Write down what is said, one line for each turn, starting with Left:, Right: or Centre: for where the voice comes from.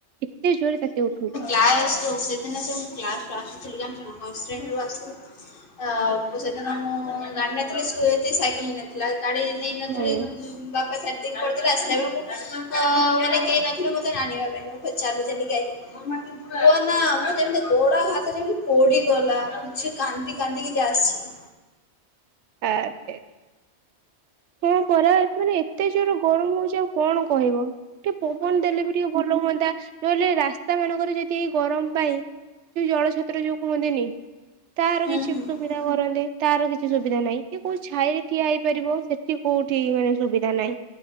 Right: ଏତେ ଜୋରରେ ତାତି ଉଠଉଛି।
Left: କ <unintelligible> ଆଜି ନା ସାର୍ ମୁଁ କ୍ଳାସ୍ ରୁ ଆସୁଥିଲି ଜାଣିଲ ନା ବସ୍ ଷ୍ଟାଣ୍ଡ ରୁ ଆସୁଥିଲି। ଆ ସେଦିନ ମୁଁ ଗାଡି ନେଇଥିଲି ସାଇକେଲ ନଥିଲା। ଗାଡି ନେଇନଥିଲି
Right: ହୁଁ
Left: ବାପା ଶୋଇପଡିଥିଲେ ଆସିିଲାବେଳକୁ ହଁ ମାନେ କେହି ନଥିଲେ ମତେ ଆଣିବା ପାଇଁ ମୁଁ ଫେରେ ଚାଲି ଚାଲିଛି ଆଇଥିଲି କୁହ ନା ମୁଁ ଯେମତି ଗୋଡ। ଯେମିତି ପୋଡିଗଲା ସେ କାନ୍ଦି କାନ୍ଦିକି ଯା ଆସିଛି।
Right: <unintelligible> ହଁ ପରା ମାନେ ଏତେ ଜୋର ଗରମ ହଉଛି ଆଉ କଣ କହିବ। ଟିକେ ପବନ ଦେଲେ ବି ଟିକେ ଭଲ ହୁଅନ୍ତା ନହେଲେ ରାସ୍ତା ମାନଙ୍କରେ ଯଦି ଏ ଗରମ ପାଇଁ। ଯୋଉ ଜଳ ଛତ୍ର ଯୋଉ କୁହନ୍ତିନି ତାର
Left: ହୁଁ
Right: କିଛି
Left: ହୁଁ
Right: ସୁବିଧା କରନ୍ତେ ତାର କିଛି କିଛି ସୁବିଧା ନାହିଁ କି କୋଉ ଛାଇରେ ଠିଆ ହୋଇପାରିବ ସେଠି କୋଉଠି ମାନେ ସୁବିଧା ନାହିଁ।